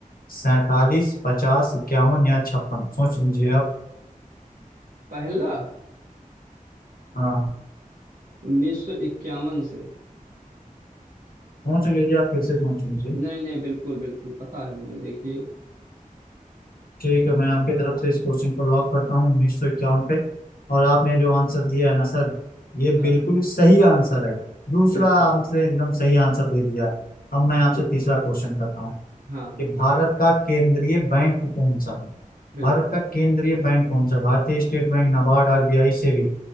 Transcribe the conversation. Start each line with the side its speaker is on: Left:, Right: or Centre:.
Left: सैतालीस
Right: अ,
Left: पचास इक्यावन या छप्पन सोच लीजिए आप
Right: पहला
Left: हाँ
Right: उन्नीस सौ इक्यावन से
Left: सोच लीजिए आप फिर से सोच लीजिए
Right: नहीं नहीं बिल्कुल बिल्कुल पता है मुझे देखिए
Left: ठीक है मैं आपके तरफ से इस क्वेश्चन को लॉक करता हूँ उन्नीस सौ इक्यावन पे और आपने जो आंसर दिया है ना सर ये
Right: हाँ
Left: बिल्कुल ही सही आंसर है दूसरा
Right: बिल्कुल
Left: आपसे एकदम सही आंसर दे दिया है। अब मैं आपसे
Right: बिल्कुल
Left: तीसरा
Right: बिल्कुल
Left: क्वेश्चन करता हूँ
Right: हाँ हाँ
Left: कि भारत
Right: बिल्कुल
Left: का केंद्रीय बैंक कौन सा है
Right: बिल्कुल
Left: भारत का केंद्रीय बैंक कौन सा है? भारतीय state bank NABARD RBI SEBI